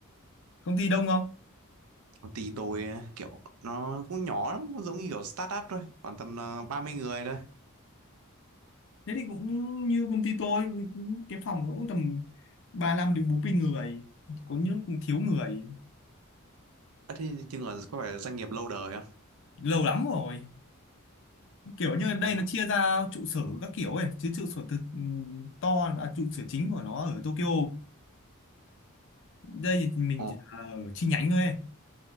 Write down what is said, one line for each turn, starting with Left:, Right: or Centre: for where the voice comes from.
Left: công ty đông không
Right: Công ty tôi á, kiểu nó cũng nhỏ lắm nó giống như kiểu startup thôi khoảng tầm ờ, 30 người thôi
Left: thế thì cũng như công ty tôi cũng- cái phòng cũng tầm 35 đến 40 người có những cũng thiếu người
Right: Ờ, thế chừng là có phải là doanh nghiệp lâu đời
Left: lâu lắm rồi kiểu như đây
Right: không
Left: nó chia ra trụ sở các kiểu ấy chứ trụ sở thực ừ, to à, trụ sở chính của nó ở Tokyo đây thì mình
Right: Ồ,
Left: chỉ là ở chi nhánh thôi ấy.